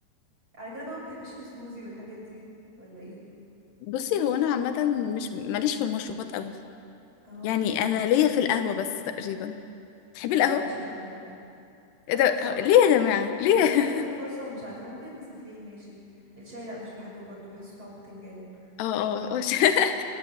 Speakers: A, on the right (about 30°); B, on the left (about 80°).
A: على كده بقى ما بتحبيش السموزي والحاجات دي ولا ايه
B: بصي هو انا عامة مش ماليش في المشروبات قوي
A: اه
B: يعني انا ليا في القهوة بس تقريبا تحبي
A: لا
B: القهوة
A: ما بحبش القهوة لا لا
B: ايه ده
A: صعب
B: هو- ليه يا جماعة ليه
A: اديتها
B: <laughs>
A: كذا فرصة ومش عارفة ممكن نسكافيه ماشي الشاي لا مش بحبه برضو بحسه طعمه بتنجان
B: اه
A: أم،
B: اه آه، ش- <laughs>